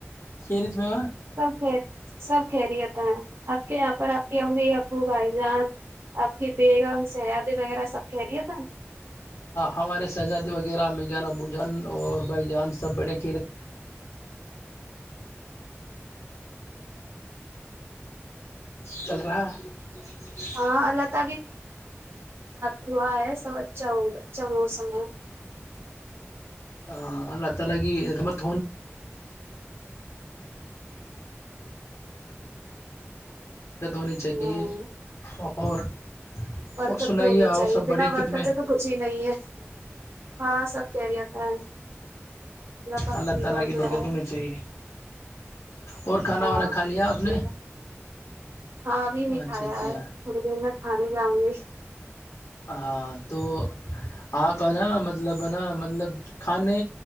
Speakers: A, on the left (about 80°); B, on the right (about 65°).
A: کھیرت میں
B: سب سب خہریتا ہے آپ کے یہاں پر آپ کی امی ابوب بھائی جان آپ کی بیگم سیادی وغیرہ سب کہہ رہی ہے تھا
A: ہمارے شہزادے وغیرہ میجان ابوجان اور بھائی جان سب بڑے <inaudible> چل رہا ہے ج <unintelligible>
B: ہاں اللہ ت کیا ہے سب ااا وہ س میں
A: <inaudible> اور اللہ تعالی کی برکت ہونی
B: ہمم
A: چاہیے اور
B: برکت
A: اور سنائی
B: تو ہونی
A: آؤ
B: چاہیے
A: سب
B: بنا
A: بڑے
B: برکتیں
A: ختم
B: تو کچھ ہی نہیں ہے ہاں سب کہ جا ہے پاک
A: اللہ تعالا
B: بہت
A: کی
B: دعا
A: برکت
B: ہے
A: ہونے چ ہی اور کھانا
B: ہاں
A: وانا کھا لیا
B: اس
A: آپ
B: لیے
A: نے
B: ہاں ابھی
A: اچھا
B: نہیں کایا
A: اچھا
B: ہے تھوڑی دیر میں کھانے جاؤ گی
A: ہاں تو آپ ہے نا مطلب ہے نا مطلب کھانے